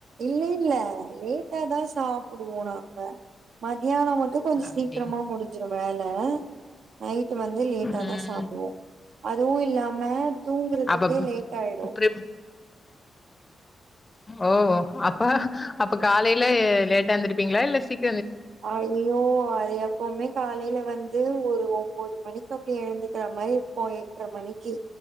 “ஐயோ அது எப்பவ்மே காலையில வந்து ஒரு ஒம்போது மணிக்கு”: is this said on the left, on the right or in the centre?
Right